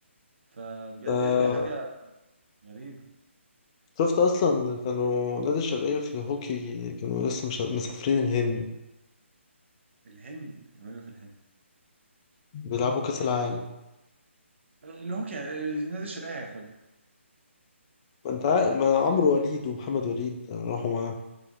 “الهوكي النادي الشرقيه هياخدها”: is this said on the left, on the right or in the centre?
Right